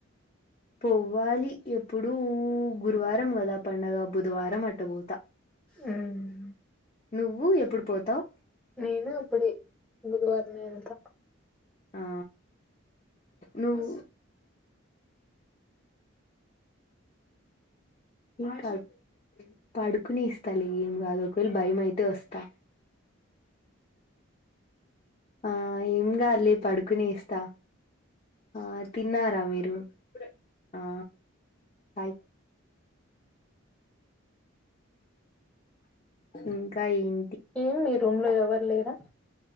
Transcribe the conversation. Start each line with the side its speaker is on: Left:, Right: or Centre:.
Left: పోవ్వాలి ఎప్పుడుూ గురువారం కదా పండగ బుధవారం అట్టపోత
Centre: ఉమ్
Left: నువ్వు ఎప్పుడు పోతావ్
Centre: నేను అప్పుడే బుధవారం ఏ ఎల్తా
Left: ఆ నువ్ ఏం కాదు పడుకుని ఇస్తలే ఏం కాదు ఒకవేళ భయం అయితే వస్తా ఆ ఏమి కా లే పడుకునే ఇస్తా ఆ తిన్నారా మీరు ఆ అయిత్ ఇంకా ఇం
Centre: ఏం మీ రూమ్ లో ఎవరు లేరా